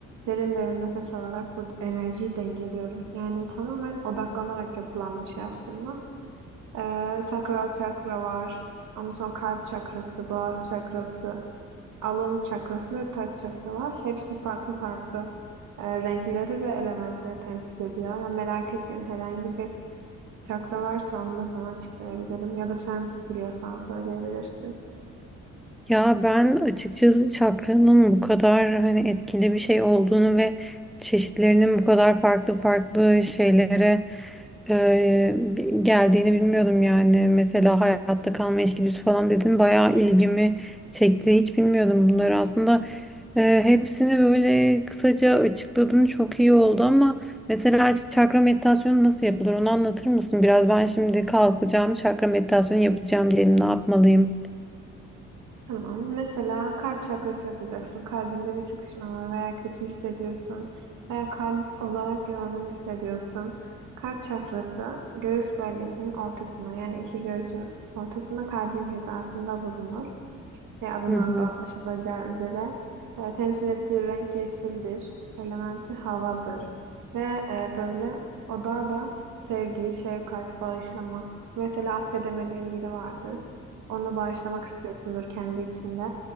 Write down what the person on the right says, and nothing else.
Derin derin nefes alarak bu enerjiyi dengeliyorum. Yani tamamen odaklanarak yapılan bir şey aslında. E, sakral çakra var. Ondan sonra kalp çakrası, boğaz çakrası, alın çakrası ve taç çakra var. Hepsi farklı farklı e, renkleri ve elementleri temsil ediyor. Yani merak ettiğin herhangi bir Çakra varsa onu da sana açıklayabilirim. Ya da sen biliyorsan söyleyebilirsin.
Tamam. Mesela kalp çakrası yapacaksın. Kalbinde bir sıkışma var veya kötü hissediyorsun veya kalp olarak yorgun hissediyorsun. Kalp çakrası göğüs bölgesinin ortasına yani iki göğsün ortasında kalbin hizasında bulunur. ve adından
da anlaşılacağı üzere e, temsil ettiği renk yeşildir. Elementi havadır ve e, böyle oda da sevgi, şefkat, bağışlama. Mesela affedemediğin biri vardır. Onu bağışlamak istiyorsundur kendi içinde.